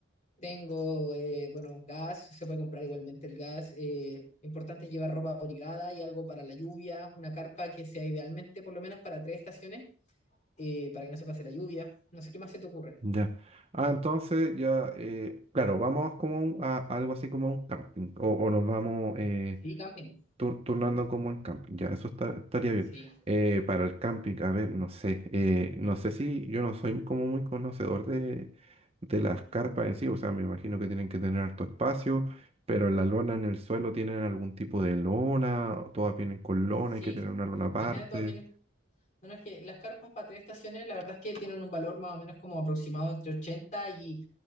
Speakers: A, on the left; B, on the right.
A: tengo, eh, bueno, gas, se puede comprar igualmente el gas. eh, importante es llevar ropa abrigada y algo para la lluvia, una carpa que sea idealmente por lo menos para tres estaciones, eh, para que no se pase la lluvia. No sé qué más se te ocurre.
B: Ya. Ah, entonces ya, eh, claro, vamos como un- a, algo así como un camping. O, o nos vamos, eh,
A: Sí, camping.
B: tur- turnando como en camping, ya, eso está- estaría bien.
A: Sí.
B: Eh, para el camping, a ver, no sé, eh, no sé si yo no soy como muy conocedor de, de las carpas en sí, o sea, me imagino que tienen que tener harto espacio, pero la lona en el suelo tienen algún tipo de lona, o todas vienen con lona,
A: Sí,
B: hay que tener una lona aparte.
A: ajá, todas vienen. No, no, es que las carpas para tres estaciones, la verdad es que tienen un valor más o menos como aproximado entre 80 y,